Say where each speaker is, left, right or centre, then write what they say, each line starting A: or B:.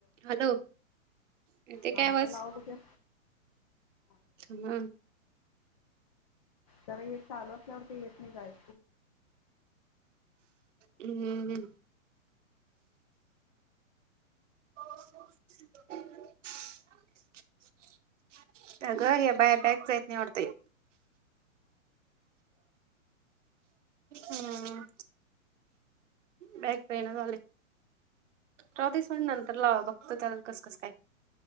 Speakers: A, on the right; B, on the left.
A: Hello येतोय
B: हा
A: काय आवाज
B: आता लावा बघूया
A: हा
B: तर हे चालू असल्यावर ते येत नाही काय
A: हम्म हो अगं ह्या बाया काहीच नाही वाटते. हं, बॅक पेईना झालंय. चौतीस म्हन नंतर लावा. बघतो त्याला कस कस काय?